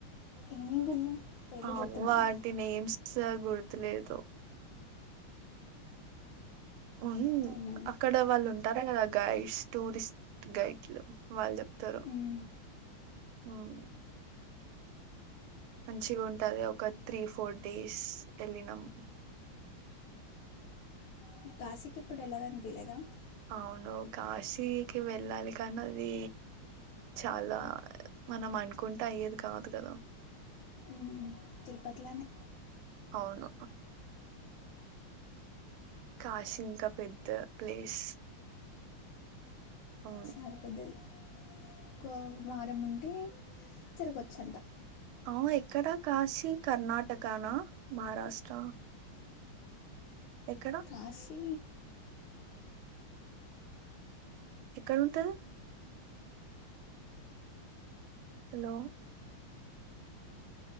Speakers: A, on the left; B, on the right.
A: ఏమేమి గుళ్ళు పేర్లు
B: ఆ
A: గుర్తున్నాయా
B: వాటి నేమ్స్ స గుర్తులేదు ఉ
A: అవునా
B: అక్కడ వాళ్ళు ఉంటారా కదా గైడ్స్ టూరిస్ట్ గైడ్లు వాళ్ళు చె త్తరు
A: మ్మ్.
B: మ్మ్ మంచిగా ఉంటది ఒక త్రీ ఫోర్ డేస్ వెళ్ళినాము
A: మరి కాశీకి ఎప్పుడు వెళ్లాలనిపియ్యలేదా
B: అవును కాశీకి వెళ్ళాలి కానీ అది చాలా మనం అనుకుంటే అయ్యేది కాదు కదా
A: మ్మ్. తిరుపతిలానే
B: అవును కాశి ఇంకా పెద్ద ప్లేస్ ఆ
A: చాలా పెద్దది ఒక వారం ఉంటే తిరుగువచ్చంట
B: అవు ఎక్కడా కాశీ కర్ణాటకానా మహారాష్ట్ర ఎక్కడ
A: కాశీ
B: ఎక్కడ ఉంటంది హలో